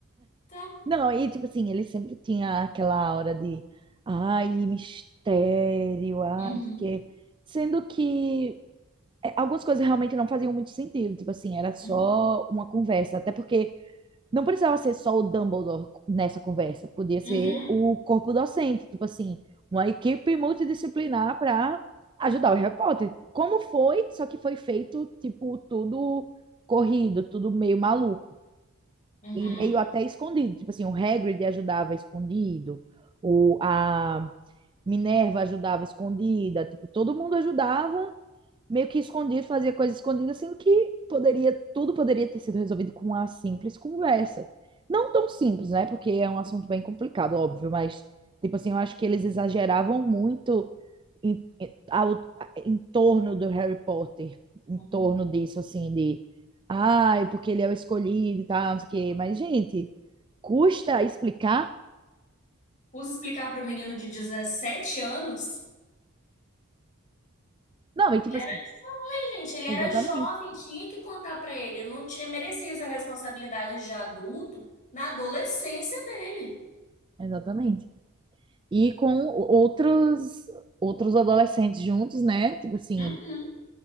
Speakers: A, on the left; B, on the right.
A: Tá?
B: Não, e tipo assim, ele sempre tinha aquela aura de ai, mistério, ai,
A: Uhum,
B: não sei o quê. Sendo que é, algumas coisas realmente não faziam muito sentido. Tipo assim, era só
A: uhum,
B: uma conversa. Até porque Não precisava ser só o Dumbledore nessa conversa, podia ser
A: uhum,
B: o corpo docente, tipo assim, uma equipe multidisciplinar para ajudar o Harry Potter. Como foi, só que foi feito, tipo, tudo corrido, tudo meio maluco
A: uhum,
B: e meio até escondido. Tipo assim, o Hagrid ajudava escondido, o, a Minerva ajudava escondida, tipo, todo mundo ajudava meio que escondido, fazia coisas escondidas, sendo que poderia, tudo poderia ter sido resolvido com uma simples conversa. Não tão simples, né? Porque é um assunto bem complicado, óbvio, mas, tipo assim, eu acho que eles exageravam muito em, em, ao, em torno do Harry Potter, em
A: uhum.
B: torno disso, assim, de. Ai, porque ele é o escolhido e tal, não sei o quê. Mas, gente, custa explicar?
A: Usa explicar para o menino de 17 anos?
B: Não, e tipo
A: Ele era
B: assim,
A: jovem, gente, ele
B: exatamente,
A: era jovem, tinha que contar para ele, ele não tinha, merecia essa responsabilidade de adulto na adolescência dele.
B: exatamente. e com outros outros adolescentes juntos, né? Tipo assim,
A: Uhum.